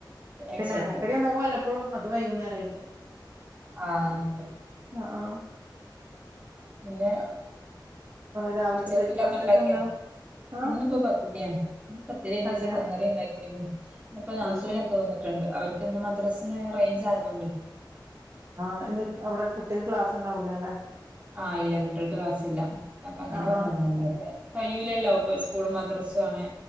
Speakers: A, on the right (about 40°); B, on the right (about 15°).
A: പിന്നെ
B: ഉച്ചക്ക്
A: എണ്ണക്കടി എന്തെങ്കിലും വല്ലപ്പഴും അത് വൈകുന്നേരായിരിക്കും.
B: ആ അങ്ങ
A: അ ആ
B: പിന്നെ
A: രാവിലത്തെ
B: ഉച്ചേക്ക്ള്ളക്കെ
A: ബ്രേക്ക്ഫാസ്റ്റ്
B: ണ്ടാക്കിയെ
A: ഒക്കെ എന്താ ആഹ്
B: ഇന്നിപ്പോ പത്തിരിയാ, പത്തിരിണ്ട്
A: അതെയ
B: ചിക്കൻ കറിണ്ടാക്കിരുന്നു. ഇന്ന്പ്പോ നാത്തൂനൊക്കെ
A: അത് ശരി
B: വന്നിട്ടുണ്ട് അവർക്ക് ഇന്ന് മദ്രസ്ന് റേഞ്ച് ആയതോണ്ടെ
A: ആഹ് ഇന്ന് അവിടകുട്യൾക്ക് ക്ലാസ്ണ്ടാവൂലാല്ലെ.
B: ആഹ് ഇല്ല കുട്ട്യോൾക്ക് ക്ലാസില്ല അപ്പൊ അങ്ങനെ
A: ആഹ്
B: വന്നതാ
A: ആഹ്
B: അല്ലാതെ കഴൂലല്ലോപ്പ സ് സ്കൂളും മദ്രസു ആണ്